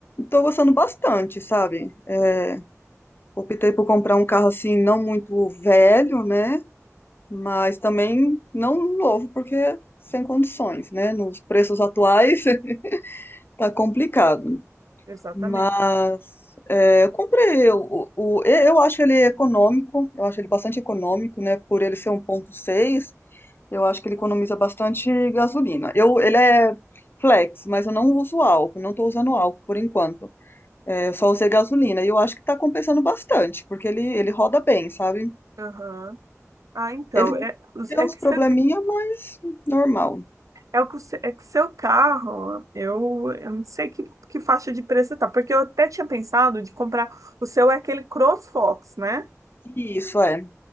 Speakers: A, on the left; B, on the right.
A: tô gostando bastante, sabe? É, optei por comprar um carro assim não muito velho, né? Mas também não novo, porque sem condições, né? Nos preços atuais <laughs> tá complicado.
B: Exatamente.
A: Mas é, eu comprei o, o, e- eu acho ele econômico, eu acho ele bastante econômico, né? Por ele ser um ponto seis eu acho que ele economiza bastante gasolina. Eu, ele é flex, mas eu não uso álcool, não estou usando álcool por enquanto. É, eu só usei gasolina e eu acho que está compensando bastante, porque ele, ele roda bem, sabe?
B: Aham. Ah, então,
A: Ele
B: é, os-
A: tem
B: é
A: uns
B: que
A: probleminha,
B: seu,
A: mas normal.
B: é o que o seu- é que seu carro, eu, eu não sei que, que faixa de preço tá, porque eu até tinha pensado de comprar, o seu é aquele CrossFox, né?
A: Isso é.